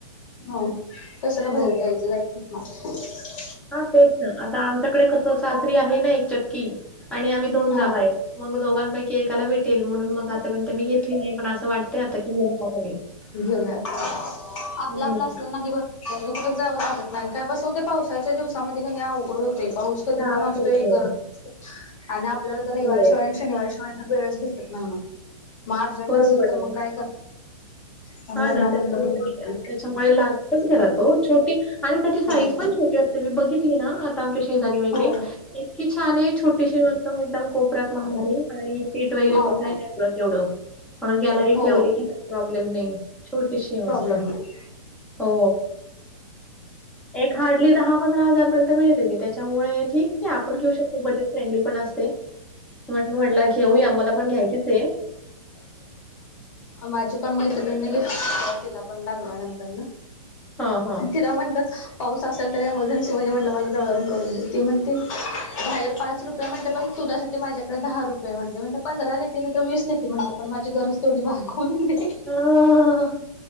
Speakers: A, on the left; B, in the centre.
A: हो कशाला बाहेर
B: हो.
A: जायचं जायचं माहिती.
B: हा तेच ना आता आमच्याकडे कसं सासरी आहे ना एक चक्की आणि आम्ही दोन जावा
A: हा
B: आहेत. मग दोघांपैकी एकाला भेटेल. म्हणून मग आतापर्यंत मी घेतली नाही. पण असं वाटते आता की टाकावी.
A: घेऊयात, आपला
B: हम्म
A: आपला कुठ जाव लागत नाही. आणि काय बस होते पावसाच्या दिवसामध्ये कनी अवघड होते पाऊस. कधी
B: त्रास
A: पण असतो
B: होतो
A: एक गरज आणि आपल्याला रविवार
B: हो
A: शिवाय शनिवार शिवाय तर वेळचं भेटत नाही मगं मग अर्जंट
B: बरोबर
A: असेल तर
B: आहे.
A: मग काय कर त्यामुळे
B: हा ना
A: यांना म्हटलं
B: त्याच्यामुळे
A: म्हटलं
B: त्याच्यामुळे लागतच घरा तो छोटी आणि त्याची साईज
A: हो
B: पण छोटी असते. मी बघितली ना आता आमच्या शेजारी वगैरे
A: हो हो
B: इतकी छान आहे छोटीशी वस्तो एकदम कोपऱ्यात मावणारी आणि पीठ वगैरे
A: मावणार
B: पण का नाही पडत तेवढं थोड गॅलरीत
A: हो
B: ठेवली
A: हो
B: की काही प्रॉब्लेम नाही. छोटीशीी मस्त
A: प्रॉब्लेम नाही
B: हो एक हार्डली दहा पंधरा हजार पर्यंत मिळते ती त्याच्यामुळे ठीक आहे आपण घेऊ शकतो खूप बजेट फ्रेंडली पण असते म्हट म्हटला घेऊ आम्हाला पण घ्यायचीच आहे. <unintelligible> <inaudible>
A: माझ्यापण मैत्रिणीनं घेतलेला तवा तिलापण लागल्यानंतरनं.
B: हा हा
A: तिला म्हणलं पाऊस असेल तर एमर्जन्सी मध्ये म्हटलं मला दळण करून देते म्हणते बाहेर पाच रुपये त म्हण पण तुझ्यासाठी माझ्याकडे दहा रुपये म्हणते म्हण पंधरा तर वीस नाही ते म्हटलं पण माझी गरज थोडी भागव. फोन घेते,
B: हा